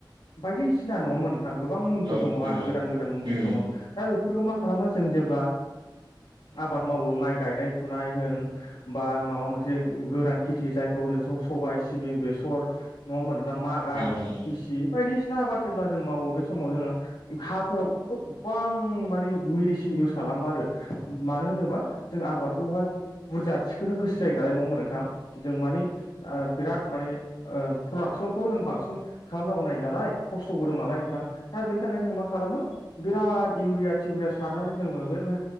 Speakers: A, on the left (about 85°); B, on the right (about 75°).
A: बायदिसिना नङा होनबा नोंथां गोबां मुंफोर
B: औ
A: दङ
B: नंगौ
A: आरो गोदान गोदान मुंफोर
B: उम
A: दङ।
B: उम
A: दा बेफोरखौ मा खालामो जों जेब्ला आबाद मावो माइ गायनाय फुनाय होन बा माबा मोनसे गोरान खेथि जायखौ होनो सबाय सिबिं बे बेसर नङा होनबा नोंथां मागा
B: नंगौ नंगौ
A: थिसि बायदिसिना आबाद जेब्ला जों मावो बे समाव जोङो हाफोराव गोबां माने मेडिसिन इउस खालामो आरो। मानो होनोबा जों आबादखौहाय बुरजा थिखोनो गोसो जायो नालाय नङा होनबा नोंथां। जों मानि बिराद माने प्रडाक्सनखौ जों बांसिन खालामनांगौ नाय नालाय खस्थ'बो दं नालाय नोंथां। बेनि थाखाय जों मा खालामो बिराद इउरिया टिउरिया सारनानै जोङो बे बे